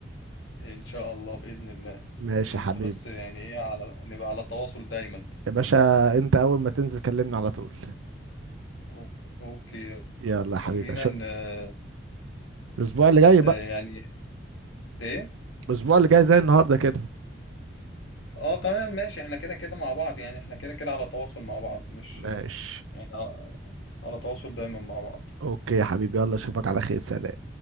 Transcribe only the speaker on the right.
ماشي
يا حبيبي
يا باشا انت اول ما تنزل كلمني على طول
يلا يا حبيبي
اشوف
الاسبوع اللي جاي
بقى
الاسبوع اللي جاي زي النهارده كده
ماشي
اوكي يا حبيبي يلا اشوفك على خير سلام